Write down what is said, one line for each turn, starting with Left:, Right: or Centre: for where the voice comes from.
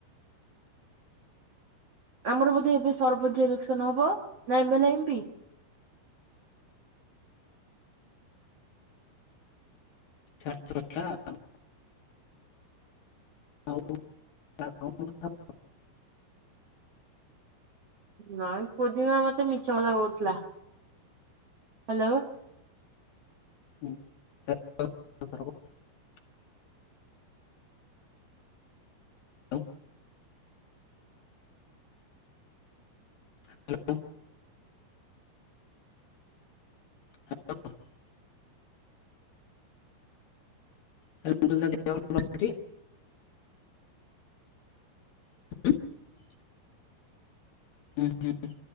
Right: ଆମର ବୋଧେ ଏବେ ସରପଞ୍ଚ ଇଲେକ୍ସନ ହବ ନା ଏ ମେ ଲେ ଏମ ପି।
Left: ଛାଡେ ସେ କଥା ଆଉ ଆଉ <unintelligible>
Right: ନାଇଁ ପୂର୍ଣ୍ଣିମା ମତେ ମିଛ କଥା କହୁଥିଲା। Hello
Left: <unintelligible> <unintelligible> hello. <unintelligible> <unintelligible> <unintelligible> ଉହୁଁ।